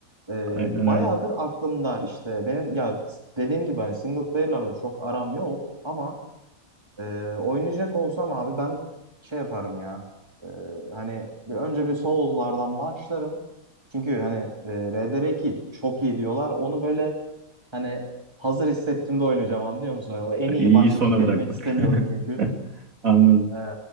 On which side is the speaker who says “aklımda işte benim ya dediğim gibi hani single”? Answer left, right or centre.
Right